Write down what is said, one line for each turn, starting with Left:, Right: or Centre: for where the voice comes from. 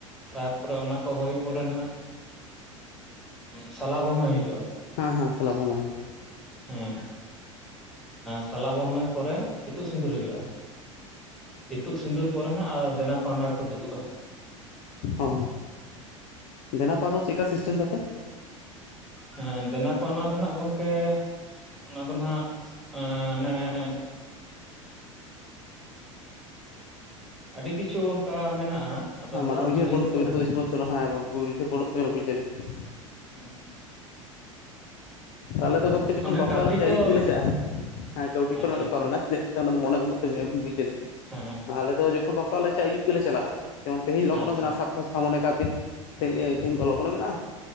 Centre: ᱛᱟᱨᱯᱚᱨᱮ ᱚᱱᱟ ᱠᱚ ᱦᱳᱭ ᱯᱚᱨᱮ ᱱᱟᱦᱟᱜ ᱥᱟᱞᱟ ᱵᱚᱱᱟᱹᱭ ᱦᱩᱭᱩᱜᱼᱟ᱾
Left: ᱦᱮᱸ ᱦᱮᱸ ᱥᱟᱞᱟᱜ ᱵᱚᱱ ᱦᱮᱸ ᱦᱮᱸ
Centre: ᱦᱮᱸ ᱥᱟᱞᱟ ᱵᱚᱱᱟᱹᱭᱼᱼ ᱯᱚᱨᱮ ᱤᱛᱩᱫ ᱥᱤᱸᱫᱩᱨ ᱦᱩᱭᱩᱜᱼᱟ᱾ ᱤᱛᱩᱜ ᱥᱤᱸᱫᱩᱨ ᱯᱚᱨᱮ ᱱᱟᱜ ᱟᱨ ᱫᱮᱱᱟ ᱯᱟᱣᱱᱟ ᱨᱮᱠᱚ ᱫᱩᱲᱩᱵᱼᱟ᱾
Left: ᱚ ᱫᱮᱱᱟᱯᱟ ᱫᱚ ᱪᱮᱜᱠᱟ ᱥᱤᱥᱴᱮᱢ ᱛᱟᱯᱮ?
Centre: ᱦᱮᱸ ᱫᱮᱱᱟ ᱯᱟᱣᱱᱟ ᱫᱚ ᱱᱟᱜ ᱜᱚᱢᱠᱮᱼᱼ ᱚᱱᱟ ᱫᱚ ᱱᱦᱜ ᱚᱱᱮ ᱮᱸᱻ ᱟᱹᱰᱤ ᱠᱤᱪᱷᱩ ᱚᱱᱠᱟ ᱢᱮᱱᱟᱜᱼᱟ᱾ ᱟᱫᱚ
Left: ᱦᱮᱸ
Centre: ᱱᱤᱛᱚᱜ
Left: ᱢᱟᱱᱮ
Centre: ᱫᱚ
Left: ᱩᱭᱦᱟᱹᱨ
Centre: ᱱᱟᱦᱟᱜ
Left: ᱵᱟᱹᱱᱩᱜ ᱛᱟᱵᱮᱱᱟ
Centre: ᱠᱚ
Left: ᱛᱚ ᱩᱭᱟᱹᱨ ᱵᱟᱹᱱᱩᱜ ᱛᱟᱵᱮᱱᱟ ᱩᱭᱦᱟᱹᱨ ᱵᱟᱹᱱᱩᱜ ᱛᱟᱵᱮᱱᱟ ᱵᱩᱡᱽ ᱫᱟᱞᱤᱧ᱾
Centre: ᱦᱩᱸ
Left: ᱟᱞᱮ ᱫᱚ ᱜᱚᱝᱠᱮ ᱡᱚᱠᱷᱚᱱ
Centre: ᱚᱱᱮ
Left: ᱵᱟᱯᱞᱟᱜ
Centre: ᱠᱟᱹᱣᱰᱤ
Left: ᱞᱮ ᱪᱟᱜᱼᱟ
Centre: ᱠᱚ
Left: ᱟᱹᱭᱩᱵ ᱜᱮᱞᱮ ᱪᱟᱜᱼᱟ᱾ ᱦᱮᱸ ᱠᱟᱹᱣᱰᱤ
Centre: ᱟᱪᱪᱷᱟ
Left: ᱠᱚᱨᱮᱱᱟᱜ ᱵᱮᱯᱟᱨ
Centre: ᱟᱪᱪᱷᱟ
Left: ᱢᱮᱱᱟᱜᱼᱟ ᱪᱮᱫᱠᱟ ᱚᱱᱟ ᱫᱚ ᱢᱚᱱᱮ ᱵᱟᱹᱱᱩᱜ ᱛᱟᱹᱵᱤᱱᱟ
Centre: ᱦᱮᱸ
Left: ᱵᱩᱡ ᱫᱟᱞᱤᱧ᱾
Centre: ᱦᱮᱸ ᱦᱮᱸ
Left: ᱟᱞᱮ ᱫᱚ ᱡᱚᱠᱷᱚᱱ ᱵᱟᱯᱞᱟ ᱞᱮ ᱪᱟᱜᱟ ᱟᱹᱭᱩᱵ ᱜᱮᱞᱮ ᱪᱟᱞᱟᱜᱼᱟ᱾ ᱡᱮᱢᱚᱱ ᱛᱮᱦᱤᱧ ᱞᱚᱜᱽᱱᱚ
Centre: ᱟᱪᱪᱷᱟ
Left: ᱢᱮᱱᱟᱜᱼᱟ ᱥᱟᱵ ᱠᱚ ᱥᱟᱢᱚᱱᱮ ᱠᱟᱜ ᱵᱤᱱ ᱛᱮᱦᱤᱧ ᱠᱚ ᱞᱚᱜᱱᱚ ᱢᱮᱱᱟᱜᱼᱟ᱾